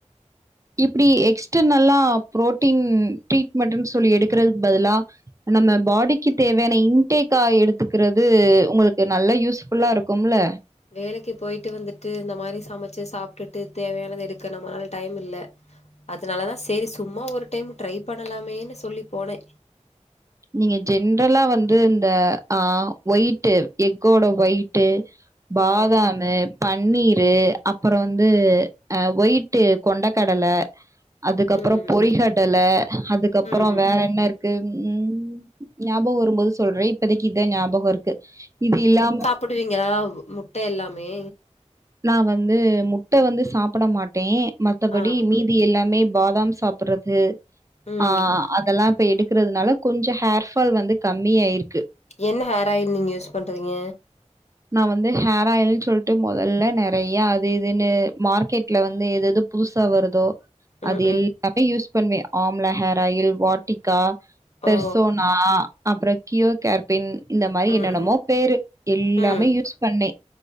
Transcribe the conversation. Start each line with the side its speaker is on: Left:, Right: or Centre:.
Right: இப்டி எக்ஸ்டர்னல்லா புரோட்டீன் ட்ரீட்மெண்ட்ன்னு சொல்லி எடுக்குறதுக்கு பதிலா நம்ம பாடிக்கு தேவையான இன்டேக்கா எடுத்துக்கிறது உங்களுக்கு நல்லா யூஸ்ஃபுல்லா இருக்கும்ல
Left: வேலைக்கு போயிட்டு வந்துட்டு இந்த மாரி சமைச்சு சாப்ட்டுட்டு தேவையானது எடுக்க நம்மளனால டைம் இல்ல அதனாலதா சேரி சும்மா ஒரு டைம் ட்ரை பண்ணலாமேன்னு சொல்லி போனே
Right: நீங்க ஜென்றலா வந்து இந்த ஆ ஒயிட்டு் எக்கோட ஒயிட்டு பாதாம்
Left: ஆ
Right: ம் பன்னீரு அப்பறோ வந்து ஆ ஒயிட்டு கொண்ட கடல அதுக்கப்பற
Left: ம்
Right: பொறிகடல அதுக்கப்பற
Left: ம்
Right: வேற என்ன இருக்கு ம் ம் ஞாபக வரும்போது சொல்றே இப்பதைக்கி இதுதா ஞாபக இருக்கு இது இல்லாம
Left: போடுவீங்களா முட்ட எல்லாமே
Right: நா வந்து முட்டை வந்து சாப்புட மாட்டே மத்தபடி
Left: ஆ
Right: மீ தி எல்லாமே பாதாம் சாப்புறது
Left: ம்
Right: ஆ அதெல்லா இப்ப எடுக்குறதுனால கொஞ்சோ ஹேர் ஃபால் வந்து கம்மிய ஆயிருக்கு
Left: என்ன ஹேர் ஆயில் நீங்க யூஸ் பண்ணுறீங்க
Right: நா வந்து ஹேர் ஆயில் சொல்ட்டு மொ தல்ல நெறய அது இதுன்னு மார்க்கெட்ல வந்து எது எது புதுசா வருதோ
Left: ம்
Right: அது
Left: ம்
Right: எல்லாமே யூஸ் பண்ணுவே ஆம்லா ஹேர் ஆயில் வாட்டிகா பெர்சோனா
Left: ஓ
Right: அப்பறோ கியோ கேர் பிண் இந்த மாரி என்னன்னமோ
Left: ம் ம்
Right: பேரு எலாமே
Left: ம்
Right: யூஸ் பண்ணே